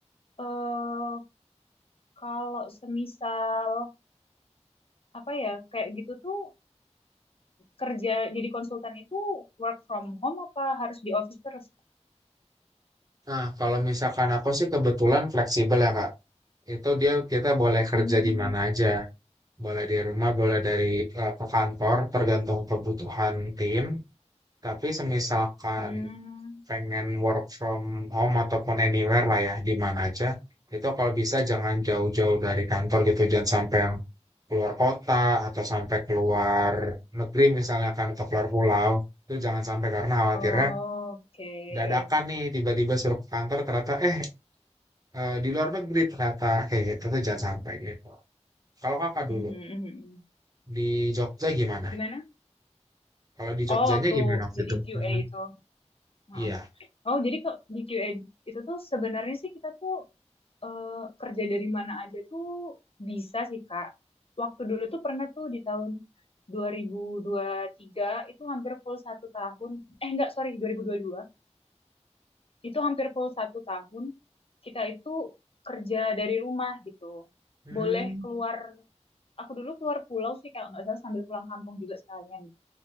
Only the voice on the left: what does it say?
eh kalau semisal, apa ya, kayak gitu tuh kerja jadi konsultan itu work from home apa harus di office terus?
Hmm,
hmm.
Oh, Oke.
Mhm,
mhm. mhm.
Gimana?
Oh, waktu
jadi
QA
itu. Heeh.
Oh, jadi ke di QA itu tuh sebenarnya sih kita tuh eh, kerja dari mana aja tuh bisa sih, Kak. Waktu dulu tuh pernah tuh di tahun dua ribu dua ribu tiga itu hampir full satu tahun. Eh, enggak, sorry, dua dua ribu dua puluh dua Itu hampir full satu tahun. Kita itu kerja dari rumah gitu.
Boleh keluar, aku dulu keluar pulau sih kalau nggak salah sambil pulang kampung juga sekalian.